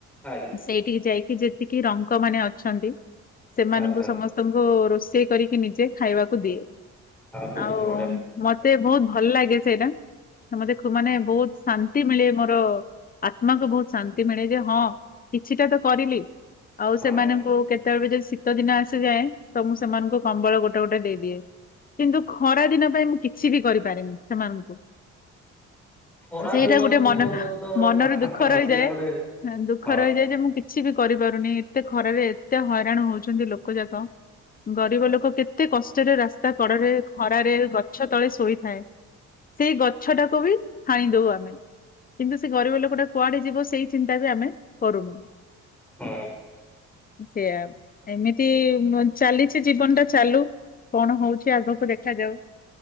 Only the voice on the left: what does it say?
ସେଇଠିକି ଯାଇକି ଯେତିକି ରଙ୍ଗ ମାନେ ଅଛନ୍ତି ସେମାନଙ୍କୁ
ସମସ୍ତ ଙ୍କୁ ରୋଷେଇ କରିକି ନିଜେ ଖାଇବାକୁ ଦିଏ
ଆଉ ମ
ମତେ ବହୁତ ଭଲ ଲାଗେ ସେଇଟା ମୋତେ ମାନେ ବହୁତ ଶାନ୍ତି ମିଳେ ମୋର ଆତ୍ମାକୁ ବହୁତ ଶାନ୍ତି ମିଳେ ଯେ ହଁ କିଛିଟା ତ କରିଲି। ଆଉ
ସେମାନଙ୍କୁ କେତେବେଳେ ଯଦି ଶୀତ ଦିନ ଆସ ଯାଏ ତ ମୁଁ ସେମାନଙ୍କୁ କମ୍ବଳ ଗୋଟେ ଗୋଟେ ଦେଇଦିଏ କିନ୍ତୁ ଖରା ଦିନ ପାଇଁ ମୁଁ କି କିଛି ବି କରିପାରେନି ସେମାନଙ୍କୁ।
ସେଇଟା
ଗୋଟେ ମନର
ମନରେ ଦୁଃଖ ରହିଯାଏ‌।
ଦୁଃଖ
ରହିଯାଏ ଯେ ମୁଁ କିଛି ବି କରିପାରୁନି ଏତେ ଖରାରେ ଏତେ ହଇରାଣ ହଉଚନ୍ତି ଲୋକ ଲୋକ ଯାକ ଗରିବ ଲୋକ କେତେ କଷ୍ଟରେ ରାସ୍ତା କଡରେ ଖରାରେ ଗ ଗଛ ତଳେ ଶୋଇଥାଏ ସେଇ ଗଛ ଟାକୁ ବି ହାଣି ଦଉ ଆମେ। କିନ୍ତୁ ସେ ଗରିବ ଲୋକଟା କୁଆଡେ ଯିବ ସେଇ ଚିନ୍ତା ବି ଆମେ କରୁନୁ।
ସେଆ ଏମିତି ଚାଲିଚି ଜୀବନ ଟା ଚାଲୁ। କଣ ହଉଚି ଆଗକୁ ଦେଖାଯାଉ।